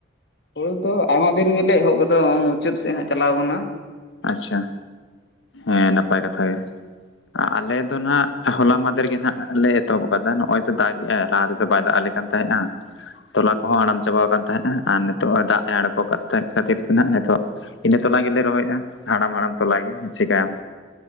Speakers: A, on the left (about 60°); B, on the left (about 80°).
A: ᱦᱳᱲᱩ ᱫᱚ ᱟᱭᱢᱟ ᱫᱤᱱ ᱜᱮᱞᱮ ᱮᱦᱚᱵ ᱠᱟᱫᱟ ᱦᱚᱦᱚᱸᱢᱩᱪᱟᱹᱫ ᱥᱮᱫ ᱦᱟᱸᱜ ᱪᱟᱞᱟᱣ ᱠᱟᱱᱟ᱾
B: ᱟᱪᱪᱷᱟ ᱦᱮᱸ ᱱᱟᱯᱟᱭ ᱠᱟᱛᱷᱟ ᱜᱮ᱾ ᱟ-ᱟᱞᱮ ᱫᱚ ᱱᱟᱦᱟᱜ ᱦᱚᱞᱟ ᱢᱟᱸᱫᱮᱨ ᱜᱮ ᱱᱟᱦᱟᱜ ᱞᱮ ᱮᱛᱚᱦᱚᱵ ᱠᱟᱫᱟ, ᱱᱚᱜᱼᱚᱭ ᱛᱚ ᱫᱟᱜ ᱜᱮᱼᱟᱭ ᱞᱟᱦᱟ ᱛᱮᱫᱚ ᱵᱟᱭ ᱫᱟᱜ ᱟᱞᱮ ᱠᱟᱱ ᱛᱟᱦᱮᱸᱜᱼᱟ ᱛᱚᱞᱟ ᱠᱚᱦᱚᱸ ᱦᱟᱲᱟᱢ ᱪᱟᱵᱟ ᱠᱟᱱ ᱛᱟᱦᱮᱸᱜ᱾ ᱟᱨ ᱱᱤᱛᱚᱜ ᱫᱟᱜ ᱮ ᱟᱬᱜᱳ ᱠᱟᱜ ᱠᱷᱟᱹᱛᱤᱨ ᱛᱮ ᱱᱟᱦᱟᱜ ᱱᱤᱛᱚᱜ ᱤᱱᱟᱹ ᱛᱚᱞᱟ ᱜᱮᱞᱮ ᱨᱚᱦᱚᱭᱮᱜᱼᱟ᱾ ᱦᱟᱲᱟᱢ ᱦᱟᱲᱟᱢ ᱛᱚᱞᱟ ᱜᱮ ᱪᱤᱠᱟᱭᱟᱢ᱾